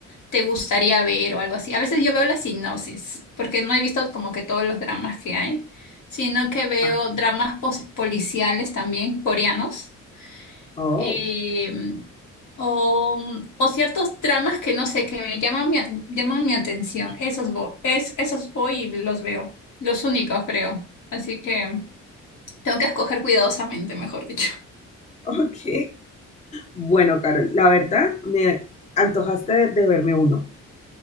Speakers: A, on the left; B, on the left.
A: te gustaría ver o algo así. A veces yo veo la sinopsis, porque no he visto como que todos los dramas que hay, sino que veo
B: ah,
A: dramas pos- policiales también coreanos
B: oh,
A: eh, o, o ciertos dramas que no sé, que me llaman mi, a- llaman mi atención. Esos voy, es, esos voy y los veo. Los únicos, creo. Así que tengo que escoger cuidadosamente, mejor dicho. <laughs>
B: ok. Bueno, Carol, la verdad me antojaste de, de verme uno.